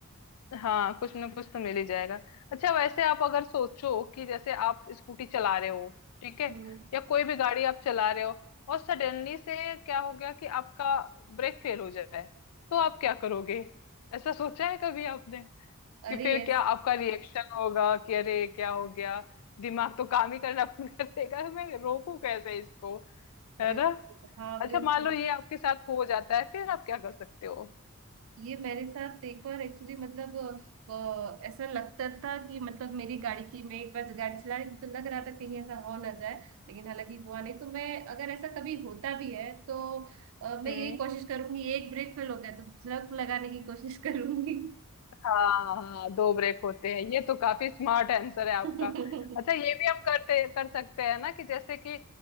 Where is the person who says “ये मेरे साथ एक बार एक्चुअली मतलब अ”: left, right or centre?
Right